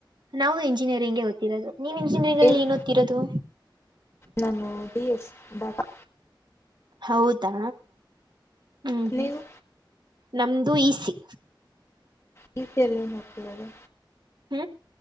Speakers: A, on the right; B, on the left.
A: ನಾವು ಇಂಜಿನಿಯರಿಂಗ ದ್ತಿರೋದು ನೀವು ಇಂಜಿನಿಯರಿಂಗ್ಲ್ಲಿ
B: ಹೇಳಿ
A: ಏ ಓ ರೋದು
B: ನಾನು ಡಿ ಎಸ್ ಬಾಬಾ
A: ಹೌದಾ ಹ್ಮ್ ಹ್ಮ್
B: ನೀವು
A: ನಮ್ದು ಈಸಿ
B: ರೀತಿಯಲ್ಲಿ ನೋಡ್ತದು
A: ಹ್ಮ